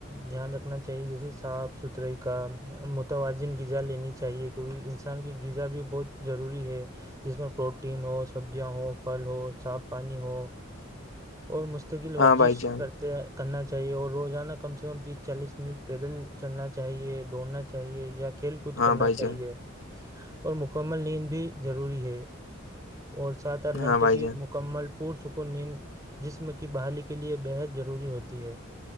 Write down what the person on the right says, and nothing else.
دھیان رکھنا چاہیے جیسے صاف ستھرائی کا متوازن غذا لینی چاہیے کیونکہ انسان کی غذا بھی بہت ضروری ہے جس میں پروٹین ہو سبزیاں ہو پھل ہو صاف پانی ہو اور مستقل ورزش
کرتے ہیں کرنا چاہیے اور روزانہ کم سے کم تیس چالیس منٹ پیدل چلنا چاہیے دوڑنا چاہیے یا کھیل کود
کرنا
چاہے
اور مکمل لیند بھی ضروری ہے اور سات آٹھ
گھٹے
کی
مکمل پور سک ن جسم کی بحالی کے لئے بےحد ضروری ہوتی ہے